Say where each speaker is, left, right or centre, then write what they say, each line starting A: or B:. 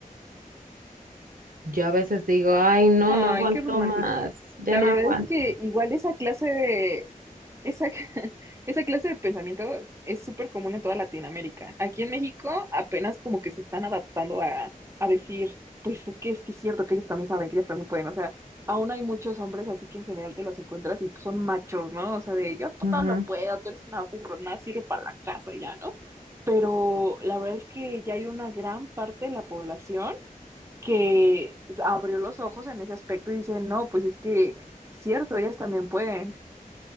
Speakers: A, on the right; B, on the right.
A: Yo a veces digo, ay, no,
B: Ay,
A: no aguanto
B: qué romántico.
A: más, ya
B: La
A: no
B: verdad
A: aguanto.
B: es que igual esa clase de esa, <laughs> esa clase de pensamiento es súper común en toda Latinoamérica. Aquí en México apenas como que se están adaptando a, a decir, pues es que sí es cierto que ellos también saben, que ellos también pueden. O sea, aún hay muchos hombres así que en general te los encuentras y pues, son machos, ¿no? O sea, de yo por
A: Ujú.
B: todo lo puedo, tú eres una burra, nada sirve para la casa y ya, ¿no? Pero la verdad es que ya hay una gran parte de la población que abrió los ojos en ese aspecto y dice, no, pues es que cierto, ellas también pueden,